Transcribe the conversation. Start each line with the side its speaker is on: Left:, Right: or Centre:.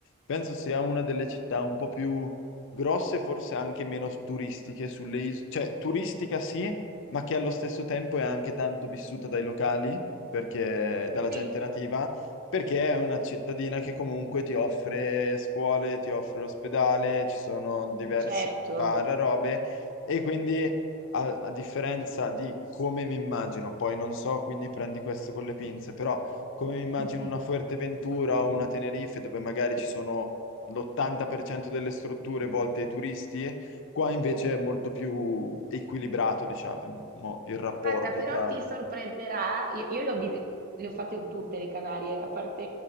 Left: penso sia una delle città un po' più grosse, forse anche meno turistiche sulle isole, cioè turistica sì ma che allo stesso tempo è anche tanto vissuta dai locali, perché, dalla gente
Right: Sì.
Left: nativa, perché è una cittadina che comunque ti offre scuole, ti offre l'ospedale, ci sono diversi
Right: Certo.
Left: bar, robe, e quindi a, a differenza di come mi immagino, poi non so, quindi prendi questo con le pinze, però come mi immagino
Right: <laughs>
Left: una Fuerteventura o una Tenerife dove magari ci sono l'80% delle strutture volte ai turisti, Qua invece è molto più equilibrato, diciamo, il rapporto
Right: Guarda, però
Left: tra...
Right: ti sorprenderà, io, io le ho, vi- le ho fatte tutte le Canarie, a parte